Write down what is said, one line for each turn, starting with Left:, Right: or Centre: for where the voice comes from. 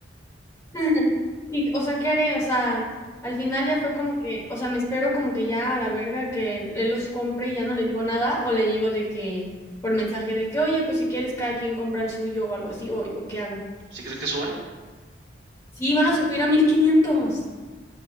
Left: <laughs> Y, o sea, ¿qué haré? O sea, al final ya fue como que, o sea, me espero como que ya a la verga que él, él los compre y ya no le digo nada, o le digo de que, por mensaje de que, oye, pues si quieres cada quien compra el suyo o algo así, o, o qué hago.
Right: ¿Sí crees que suban?
Left: Sí, van a subir a mil quinientos